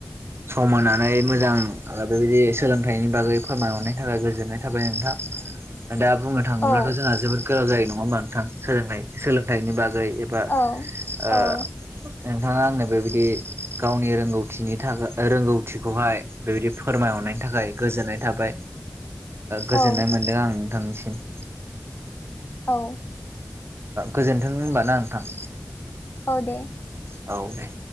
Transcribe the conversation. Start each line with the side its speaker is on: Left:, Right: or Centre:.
Right: सम होनानै मोजां ओ बेबायदि सोलोंथाइनि बागै फोरमाय हरनायनि थाखाय गोजोननाय थाबाय नोंथां दा बुंनो थाङोब्लाथ'
Left: औ
Right: जोंहा जोबोद गोलाव जायो नङा होमबा नोंथां सोलों सोलोंथाइनि बागै बा
Left: औ
Right: ओ
Left: औ
Right: नोंथाङा आंनो बेबायदि गावनि रोंगौथिनि थाखाय रोंगौथिखौहाय बेबायदि फोरमाय हरनायनि थाखाय गोजोननाय थाबाय गोजोननाय
Left: औ
Right: मोनदों आं नोंथांनिसिम,
Left: औ,
Right: गोजोन्थों होनबाना नोंथां,
Left: औ, दे,
Right: औ दे,